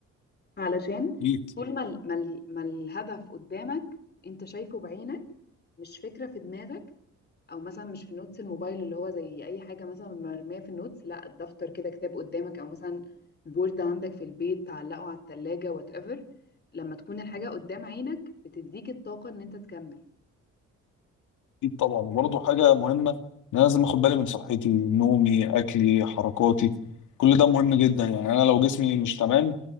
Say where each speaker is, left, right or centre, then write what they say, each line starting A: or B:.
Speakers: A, on the left; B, on the left.
A: علشان
B: أكيد.
A: طول ما ال- ما ال- ما الهدف قدامك أنت شايفه بعينك مش فكرة في دماغك أو مثلا مش في نوتس الموبايل اللي هو زي أي حاجة مثلا مرمية في النوتس لا الدفتر كده كتاب قدامك أو مثلا بورد عندك في البيت تعلقه على التلاجة وات ايفر لما تكون الحاجة قدام عينك بتديك الطاقة إن أنت تكمل
B: اكيد طبعا وبرضه حاجه مهمه ان انا لازم اخد بالي من صحتي نومي اكلي حركاتي كل ده مهم جدا يعني انا لو جسمي مش تمام